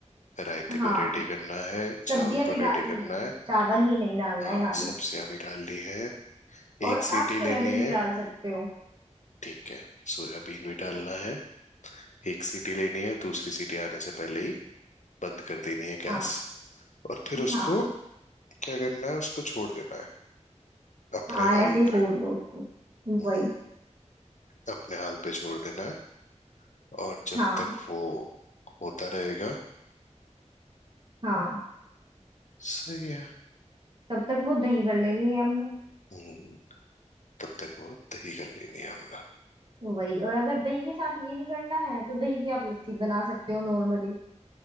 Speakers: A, on the left; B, on the right.
A: रायते
B: हाँ
A: को रेडी करना है चावल
B: सब्जियां
A: को
B: भी डालनी
A: रेडी करना
B: है
A: है
B: चावल ही नहीं डालना
A: हाँ
B: है खाली
A: सब्जियां भी डालनी है
B: और
A: एक सीटी
B: आप सोयाबीन
A: लेनी है
B: भी डाल सकते हो
A: ठीक है सोयाबीन भी डालना है एक सीटी लेनी है दूसरी सीटी आने से पहले ही बंद कर देनी है
B: हाँ
A: गैस और फिर उसको
B: हाँ
A: क्या करना है उसको छोड़ देना है अपने
B: हाँ
A: हाल
B: ऐसे ही छोड़
A: पे
B: दो उसको
A: हम्म,
B: वही
A: अपने हाल पे छोड़ देना है और जब
B: हाँ
A: तक वो होता रहेगा
B: हाँ
A: सही है
B: तब तक वो दही कर लेनी है हमने
A: हम्म, तब तक वो दही कर लेनी है हमने
B: वही और अगर दही के साथ ये नहीं करना है तो दही की आप लस्सी बना सकते हो नॉर्मली